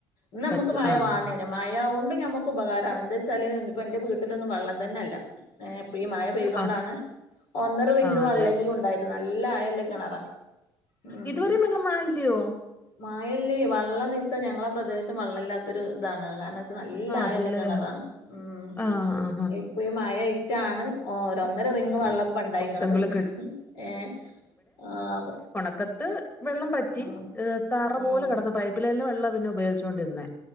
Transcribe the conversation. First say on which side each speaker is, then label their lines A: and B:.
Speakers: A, on the left; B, on the left.
A: ന്നന്മക്ക്
B: പറ്റും
A: മഴവാണേനും
B: ആഹ്
A: മഴ കൊണ്ട് ഞമ്മുക്ക് ഉപകാരാണ് എന്താ വെച്ചാല് ഇപ്പ എന്റെ വീട്ടിലൊന്നും വെള്ളം തന്നെല്ല ഇപ്പഈ മഴ പെയ് തൊണ്ടാണ്
B: ആഹ്
A: ഒന്നര റിങ്ങ്
B: ആഹ് അതെ
A: വള്ളെങ്കിലും ണ്ടായത് നല്ല ആയല്ല കെണറാ ഉം
B: ഇതുവരെ വെള്ളം ആയില്ലോ
A: മായല്ലേ വള്ളംനിച്ച ഞങ്ങളെ പ്രദേശം വെള്ളല്ലാത്തൊരു ഇതാണ് കാരണം നല്ലായല്ല
B: ആഹ് അതല്ലേ
A: കെണറാണ് ഉമ്
B: ആഹ് ആഹാ
A: ഇപ്പൊ ഇഇമയെ മറ്റാണ് ഒ ഒന്നര റിങ്
B: ഒരു
A: വള്ളപ്പം ഉണ്ടായിക്കണത്
B: കൊറച്ചെങ്കിലും കി
A: ഏ ആഹ്
B: ക്കത്ത് വെള്ളം പറ്റി
A: ആഹ്
B: തറ പോലെ
A: ആഹ്
B: കടന്ന പൈപ്പ് ലൈനില് വെള്ളം പിന്നെ ഉപയോഗിച്ചുകൊണ്ടിരുന്നേ